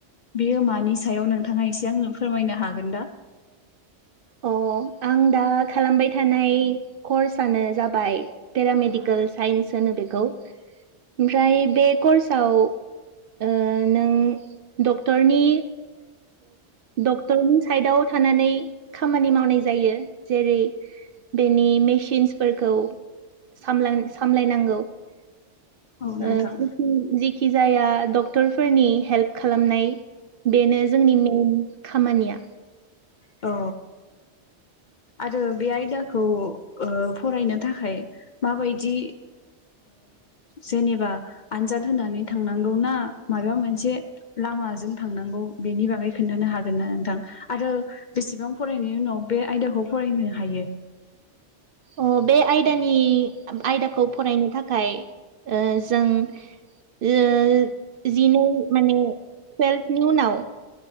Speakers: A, on the left; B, on the right.
A: बेयो मानि सायाव नोंथाङा एसे आंनो फोरमायनो हागोन दा?
B: अ आं दा खालामबाय थानाय कर्सनो जाबाय पेरामेडिकेल साइन्स होनो बेखौ ओमफ्राय बे कर्सआव ओ नों डक्टरनि डक्टरनि साइडाव थानानै खामानि मावनाय जायो जेरै बेनि मेसिनसफोरखौ सामलायनांगौ। ओ
A: औ नोंथां
B: जिखि जिखि खि जाया डक्टरफोरनि हेल्प खालामनाय बेनो जोंनि मेन खामानिया।
A: औ। आरो बे आयदाखौ फरायनो थाखाय माबायदि जेनेबा आनजाद होनानै थांनांगौ ना माबा मोनसे लामाजों थांनांगौ बेनि बागै खोन्थानो हागोन ना नोंथां आरो बेसेबां फरायनायनि उनाव बे आयदाखौ फरायनो हायो?
B: अ बे आयदानि आयदाखौ फरायनो थाखाय जों जिनै माने टुवेल्भनि उनाव